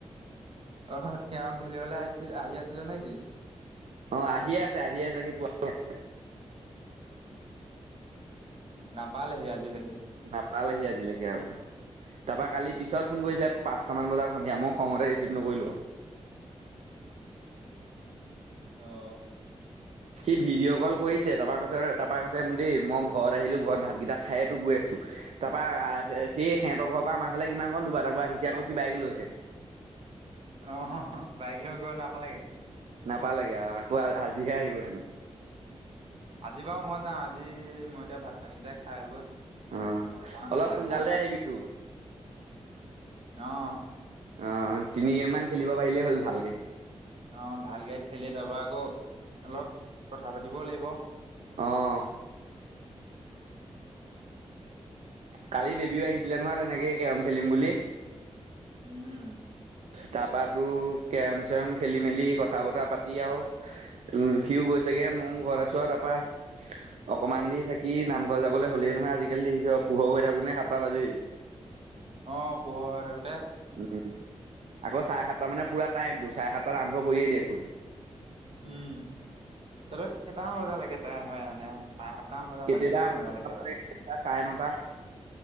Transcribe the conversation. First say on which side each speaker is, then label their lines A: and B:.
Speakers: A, on the right; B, on the right.
A: অ' কেৰম খেলিবলৈ আহিছিল আহি আছিলে নে কি।
B: অ' আহিয়ে আছে আহি আছে সি <unintelligible>
A: নাপালেহি আজিলৈকে।
B: নাপালেহি আজিলৈকে আৰু। তাৰপৰা কালি পিছত ফোন কৰিছিলে পাঁচটামান বজাত সন্ধিয়া মই খঙতে ৰিচিভ নকৰিলোঁ।
A: <unintelligible> আহ।
B: সি ভিডিঅ' কল কৰিছে তাৰপৰা কৈছে তাৰাপৰা কৈছে, দেই, মই ঘৰত আহিলো ঘৰত ভাতকেইটা খাই য়ে গৈ আছো। তাৰ পৰা আহ, সেই সিহঁতৰ ঘৰৰ পৰা আমাৰ খালে কিমান কন দবা তাককৌ আহিছে আকৌ কিবা বাইক লৈহে।
A: আহ, বাইকলৈ গৈ নাপালেগে।
B: নাপালেগে আকৌ আজিহে আহিব হেনো।
A: আজি বাৰু মই যাম আজি মই এতিয়া ভাত, পানীকেইটাই খাই আগৈ
B: অ'
A: ওৱান,
B: অলপ
A: ওলাই
B: সোনকালতে
A: যাম।
B: আহিবি তোৰ
A: অ'।
B: আহ তিনি গেম মান খেলিব পাৰিলেই হ'ল ভালকে।
A: আহ ভালকে খেলি তাৰপৰা আকৌ অলপ কথা পাতিবও লাগিব।
B: অ'। কালি বেবীও আহিছিলে নহয় তেনেকে কেৰম খেলিম বুলি।
A: উম।
B: তাৰপৰা তো, কেৰম, চেৰম খেলি, মেলি কথা বতৰা পাতি আৰু ৰখিও গৈছে। চাগে মই ঘৰ আছো আৰু তাৰপৰা। অকমান দি থাকি নামঘৰ যাবলৈ হলেই নহয়, আজিকালি দেখিছ পোহৰ হৈ থাকো নে, সাতটা বাজি
A: অ, পোহৰ হৈ থাকতে
B: উ, আকৌ চাৰে সাতটা মানে পুৰা টাইমটো চাৰে সাতটাত আৰম্ভ কৰিয়েই দেয়ে।
A: উম, ত, কেইটামান বজা লৈকে তাইম হয় মানে। চাৰে সাতটামান বজাৰ
B: কেতিয়াবা
A: পৰা কেইটামান
B: কেতিয়াবা
A: বজালৈকে হয়।
B: চাৰে নটা